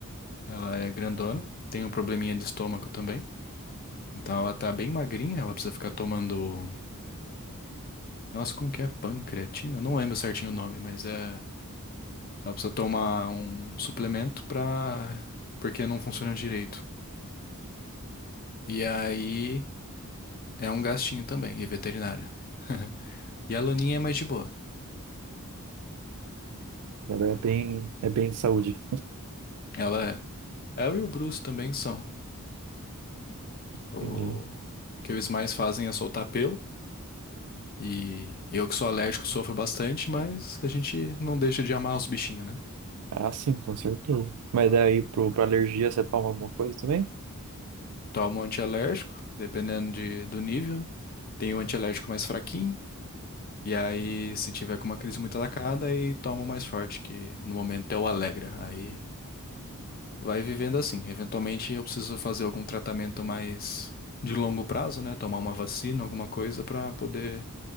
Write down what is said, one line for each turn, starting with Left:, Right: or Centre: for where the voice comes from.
Left: Ela é grandona. Tem um probleminha de estômago também. Então ela tá bem magrinha. Ela precisa ficar tomando. Nossa, como que é? Pancreatina? Não lembro certinho o nome, mas é. Ela precisa tomar um suplemento pra... porque não funciona direito. E aí é um gastinho também, e veterinário. <laughs> E a Laninha é mais de boa.
Right: Ela é bem, é bem de saúde.
Left: Ela é. Ela e o Bruce também são.
Right: <laughs>
Left: O
Right: Entendi.
Left: que eles mais fazem é soltar pelo. E eu que sou alérgico sofro bastante, mas a gente não deixa de amar os bichinhos, né?
Right: Ah, sim, com certeza. Mas daí pro, pra alergia você toma alguma coisa também?
Left: Toma um antialérgico, dependendo de... do nível. Tem o antialérgico mais fraquinho. E aí, se tiver com uma crise muito atacada, aí toma o mais forte, que no momento é o Alegra. Aí vai vivendo assim. Eventualmente eu preciso fazer algum tratamento mais de longo prazo, né? Tomar uma vacina, alguma coisa pra poder,